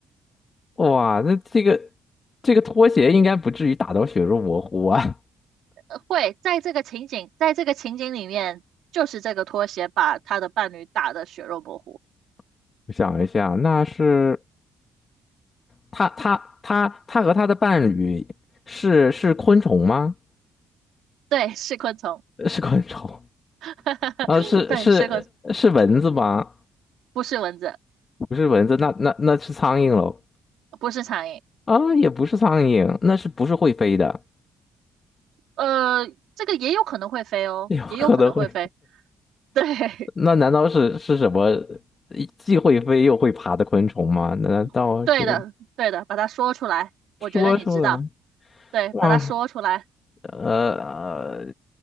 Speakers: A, on the left; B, on the right.
A: 哇，那这个这个拖鞋应该不至于打到血肉模糊啊！
B: 呃会在这个情景，在这个情景里面，就是这个拖鞋把他的伴侣打得血肉模糊，
A: <laughs> 我想一下，那是他他他他和他的伴侣是是昆虫吗？
B: 对，是昆虫，
A: 呃是昆虫
B: <laughs>
A: 啊，是是是蚊子吗？
B: 对，是昆，不是蚊子，
A: 不是蚊子，那那那是苍蝇喽？
B: 不是苍蝇，
A: 啊，也不是苍蝇，那是不是会飞的？
B: 呃，这个也有可能会飞哦，
A: <laughs> 有可能会，
B: 也有可能会飞，对，
A: 那难道是是什么既会飞又会爬的昆虫吗？难道是
B: <laughs> 对的，对的，把它说出来，我觉得你知道，
A: 说出来？
B: 对，
A: 哇，
B: 把它说出来，
A: 呃，